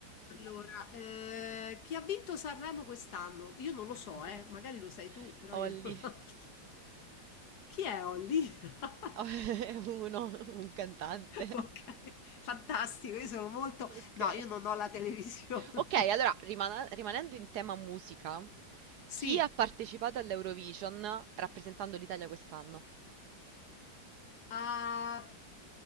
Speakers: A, on the left; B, on the right.
A: Allora, eh, chi ha vinto Sanremo quest'anno? Io non
B: <laughs>
A: lo so, eh, magari lo sai tu, però
B: Olli.
A: io non... <laughs> Chi è Holly?
B: <laughs> Oh, è
A: <laughs>
B: uno, un cantante.
A: Ok, fantastico, io sono molto
B: Ok.
A: no, io non ho la televisione.
B: Ok,
A: <laughs>
B: allora rimana- rimanendo in tema musica,
A: Sì,
B: chi ha partecipato all'Eurovision rappresentando l'Italia quest'anno?
A: a